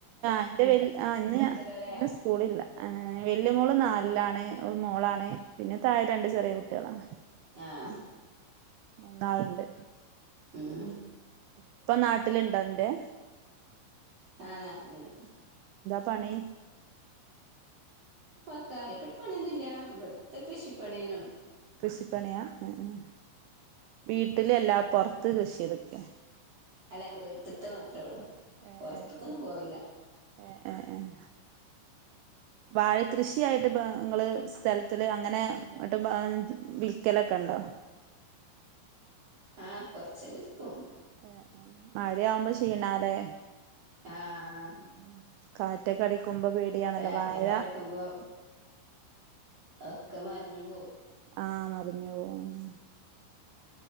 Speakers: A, on the right; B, on the right.
A: അന്റെ വരി ആ ഇന്ന്
B: അല്ലേ
A: ഇന്ന് സ്കൂളില്ല വലിയ മോള് നാലിലാണ് ഒരു മോളാണ് പിന്നെ താഴെ രണ്ട് ചെറിയ കുട്ടികളാണ്
B: ആഹ
A: മൂന്നാളണ്ട്
B: ആഹ
A: ഇപ്പൊ നാട്ടിലുണ്ടന്റെ
B: ആഹ് നാട്ടിന ഉണ്ട് <inaudible>
A: പണി
B: പ്പൊ കാര്യപ്പെട്ട പണിന്നുല്ല്യ വിട്ത്തെ കൃഷിപ്പണ്യന്നെള്ളു
A: കൃഷിപ്പണിയാ ഉം ഉം വീട്ടില് അല്ലാപ്പൊറത്ത് കൃഷീത്ക്കെ?
B: അല്ല വീട്ട്ത്തെ മാത്രേള്ളു
A: ഏഹ്
B: പൊറത്ത്ക്കൊന്നും
A: ഏഹ് ഏഹ്
B: പോവില്ല
A: ഏഹ് ഏഹ് ഏഹ് വാഴ കൃഷിയായിട്ട്പ്പാ ങ്ങള് സ്ഥലത്തില് അങ്ങനെ ന്ട്ട്പ്പ വിക്കലക്കെ ഇണ്ടാ
B: ആ കൊറച്ച് വിൽക്കും
A: ഏ ഏ മഴയാമ്പ ക്ഷീണാലേ
B: ആഹ്
A: <inaudible> കാറ്റൊക്കടി ക്കുമ്പ പേടിയണല്ലോ
B: കാറ്റൊക്കെ
A: വാഴ
B: അടിക്കുമ്പോ ഒക്കെ മറിഞ്ഞു പോവും
A: ആ മറിഞ്ഞു പോവും ഉം